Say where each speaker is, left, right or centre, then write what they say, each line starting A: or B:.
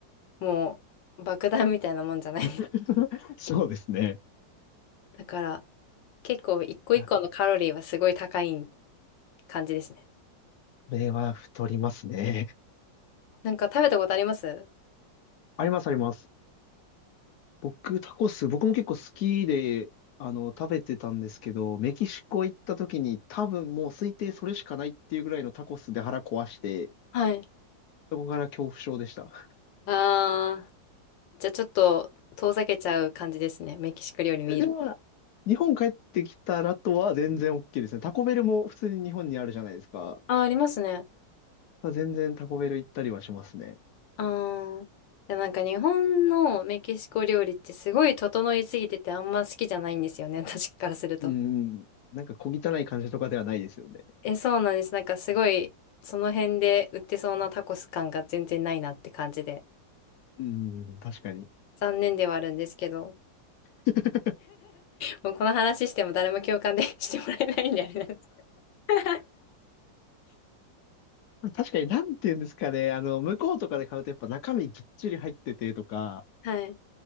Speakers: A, on the left; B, on the left.
A: もう爆弾みたいなもんじゃないです。
B: <laughs> そうですね。
A: だから結構一個一個のカロリーはすごい高い
B: いや、
A: 感じですね。
B: これは太りますね。
A: なんか食べたことあります
B: ありますあります。僕、タコス、僕も結構好きで、あの、食べてたんですけど、メキシコ行った時に多分もう推定それしかないっていうぐらいのタコスで腹壊して、
A: はい。
B: そこから恐怖症でした。
A: あー、じゃあちょっと遠ざけちゃう感じですね。メキシコ料理見る。
B: で、でも、日本帰ってきたらとは全然 OK ですね。タコベルも普通に日本にあるじゃないですか。
A: あー、ありますね。
B: 全然タコベル行ったりはしますね。
A: あーでもなんか日本のメキシコ料理ってすごい整いすぎててあんま好きじゃないんですよね、<laughs> 私からすると。
B: うん。なんか小汚い感じとかではないですよね。
A: え、そうなんです。なんかすごい、その辺で売ってそうなタコス感が全然ないなって感じで。
B: うん、確かに。
A: 残念ではあるんですけど。
B: <laughs>
A: もうこの話しても誰も共感で <laughs> してもらえないんであれなんです。<laughs>
B: 確かに、なんて言うんですかね。あの、向こうとかで買うとやっぱ中身ぎっちり入っててとか、
A: はい。